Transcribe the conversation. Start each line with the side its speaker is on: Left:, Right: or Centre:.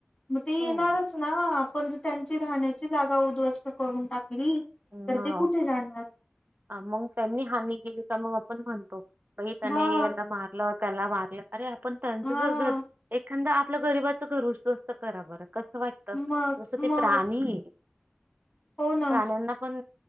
Left: मग ते येणारच
Right: हो.
Left: ना आपण ज त्यांची राहण्याची जागा उद्ध्वस्त करून टाकली
Right: हम्म
Left: तर ते कुठे जाणार
Right: मग त्यांनी हानी केली तर मग आपण म्हणतो बाई त्याने
Left: हा
Right: याला मारलं त्याला मारलं अरे आपण त्यांचं
Left: हा
Right: जर घर एखादा आपलं गरीबाचं घर उसत असतं करा बरं कसं वाटत
Left: मग
Right: जसं ते
Left: मग
Right: प्राणी
Left: हो ना
Right: प्राण्यांना पण